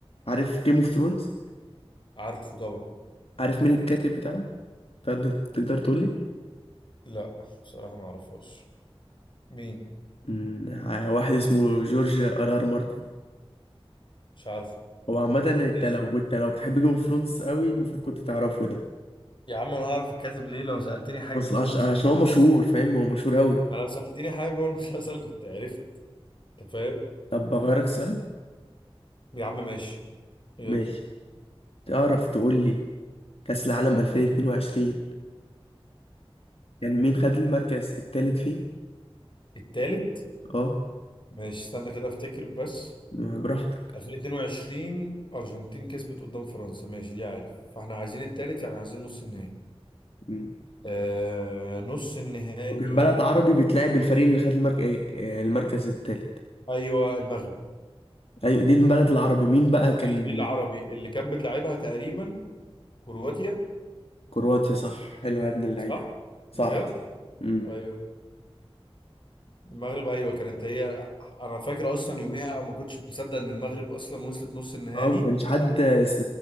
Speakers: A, on the left; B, on the left.
A: عارف جيم اوف ثرونز
B: عارفه طبعا
A: عارف مين الكاتب بتاعه تقدر تقدر تقول لي
B: لا بصراحه ما اعرفهاش مين
A: مم، ع- واحد اسمه جورج ار ار مارتن
B: مش عارفه
A: هو عامه انت
B: ماشي
A: لو انت لو بتحب جيم اوف ثرونز قوي المفروض كنت تعرفه ده
B: يا عم انا هعرف الكاتب ليه لو سالتني حاجه
A: اصلا
B: جوه
A: عش...
B: المسلسل
A: عشان هو مشهور فاهم هو مشهور قوي
B: ما لو سالتني حاجه جوه المسلسل كنت عرفت انت فاهم
A: طب بغيرك سؤال
B: يا عم ماشي يلا
A: ماشي تعرف تقول لي كأس العالم 2022 كان مين خد المركز التالت فيه
B: التالت
A: اه
B: ماشي استنى كده افتكر بس
A: ما براحتك
B: 2022 ارجنتين كسبت قدام فرنسا ماشي دي عارف فاحنا عايزين التالت يعني عايزين نص النهائي
A: مم.
B: آه نص النهائي
A: وكان بلد عربي بتلعب الفريق اللي خد المركز المركز التالت
B: ايوه المغرب
A: ايوه دي البلد العربي مين بقى كان
B: دي ال- دي العربي اللي كانت بتلعبها تقريبا كرواتيا
A: كرواتيا صح حلو يا ابن اللعيبه
B: صح
A: صح
B: بجد
A: امم
B: ايوه المغرب ايوه كانت هي انا فاكر اصلا يوميها ما كنتش مصدق ان المغرب اصلا وصلت نص النهائي
A: اه ما كانش حد س-